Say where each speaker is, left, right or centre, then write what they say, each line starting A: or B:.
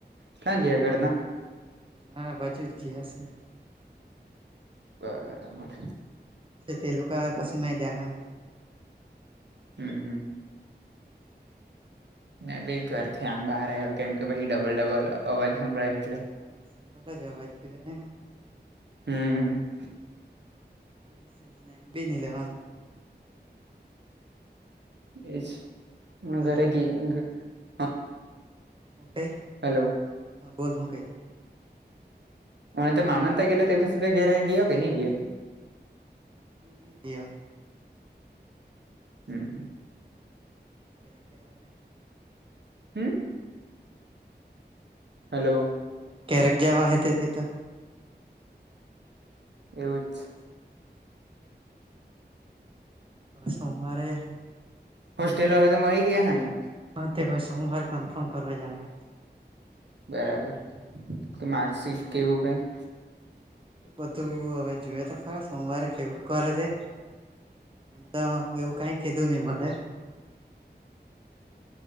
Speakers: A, on the right (about 80°); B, on the right (about 30°).
A: ક્યાં ગયા ઘરના
B: હા બાજુ જ ગિયા શે.
A: બરાબર
B: તે લોકો આવે પછી મેં જાવાનું.
A: હમ હમ. મે ભી ઘરથી આમ બહાર આવ્યો, કેમ કે પછી ડબલ ડબલ અવાજ સંભળાય એટલે.
B: હા સિંગલજ અવાજ જોએ ને.
A: હમ્મ
B: પેલી શેને, નેમ બી ની લેવાનું.
A: એજ હ
B: હલો
A: ઘરે ગયા. <unintelligible>
B: ઓકે.
A: હેલો.
B: હા, બોલ શું કેય?
A: અને તો મામા ને ત્યાં ગયેલો તે પછી તે ઘેરે ગયો કે નહીં ગયો?
B: નહી ગયો.
A: હમ હ...
B: તો ત્યારે ક્યાં વા દે.
A: હમ હલો
B: કયારેક જવા હે, તેદી તો.
A: એવું જ છે.
B: બસ સોમવારે.
A: હોસ્ટેલ વાળા તો મળી ગયા હશે ને?
B: તે હવે સોમવારે કન્ફર્મ કરવા જવાનું.
A: બરાબર કે માર્કશીટ કવું કઈ
B: એ બધું હવે જોએ તો ખરા સોમવારે કેવું કરે? તે. એમ તો એવું કઈ કીધું નહી. મને...